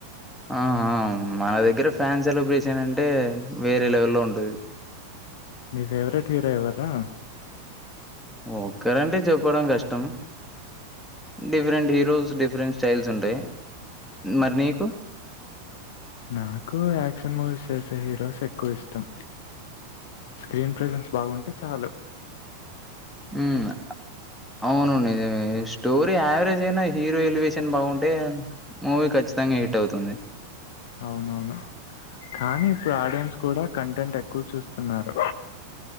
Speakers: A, in the centre; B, on the left.
A: ఆ ఆ మన దగ్గర ఫ్యాన్ సెలబ్రేషన్ అంటే వేరే లెవెల్ లో ఉంటది
B: నీ ఫేవరెట్ హీరో ఎవర్రా
A: ఒక్కరంటే చెప్పడం కష్టం డిఫరెంట్ హీరోస్ డిఫరెంట్ స్టైల్స్ ఉంటయ్ మరి నీకు
B: నాకు యాక్షన్ మూవీస్ చేసే హీరోస్ ఎక్కువ ఇష్టం స్క్రీన్ ప్రజెన్స్ బాగుంటే చాలు
A: <inaudible> ఉమ్ అవును నిజమే స్టోరీ యావరేజ్ అయినా హీరో ఎలివేషన్ బాగుం టే మూవీ ఖచ్చితంగా హిట్ అవుతుంది
B: అవునవును కానీ ఇప్పుడు ఆడియన్స్ కూడా కం టెంట్ ఎక్కువ చూస్తున్నారు